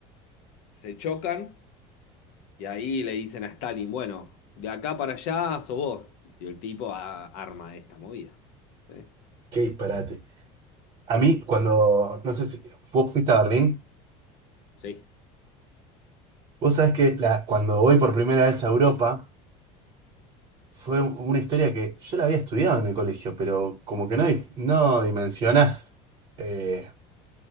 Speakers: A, on the left (about 60°); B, on the right (about 35°).
A: Se chocan Y ahí le dicen a Stalin, bueno, de acá para allá sos vos. Y el tipo a- arma esta movida. ¿Sí?
B: qué disparate. A mí, cuando, no sé si vos fuiste a Berlín,
A: Sí,
B: vos sabés que la, cuando voy por primera vez a Europa, fue una historia que yo la había estudiado en el colegio, pero como que no, dif- no dimensionás eh,